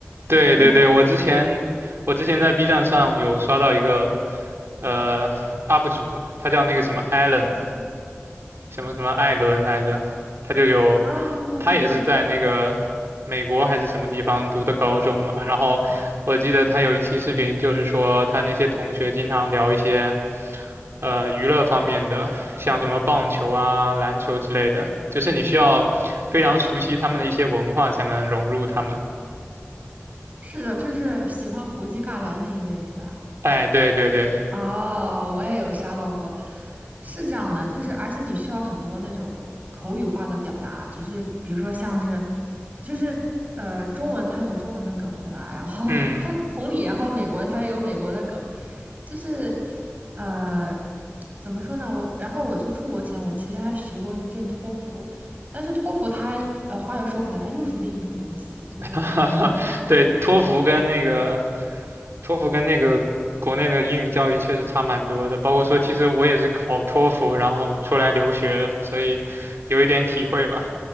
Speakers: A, on the right; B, on the right.
A: 对对对，
B: 然后
A: 我之前我之前在 B 站上有刷到一个呃 UP 主，他叫那个什么 Allen，什么什么艾伦来着，他就有，
B: 啊，
A: 他也是在那个美国还是什么地方读的高中嘛。
B: 对对对，
A: 然后我记得他有一期视频，就是说他那些同学经常聊一些呃娱乐方面的，像什么棒球啊、篮球之类的，就是你需要非常熟悉他们的一些文化才能融入他们。
B: 是的，就是喜欢国际尬聊那一位是吧？
A: 哎，对对对，
B: 哦，我也有刷到过，是这样的，就是而且你需要很多那种口语化的表达，就是比如说像是，就是呃，中文它有中文的梗，对吧？然后
A: 嗯，
B: <laughs> 它同理，然后美国它也有美国的梗，就是呃，怎么说呢？我然后我去出国前，我其实还学过一阵托福，但是托福它呃，话又说回来，它又是另一种东西，就是。
A: <laughs>
B: 哎
A: 对，托福跟那个托福跟那个国内的英语教育确实差蛮多的，包括说其实我也是考托福，然后出来留学的，所以有一点体会吧。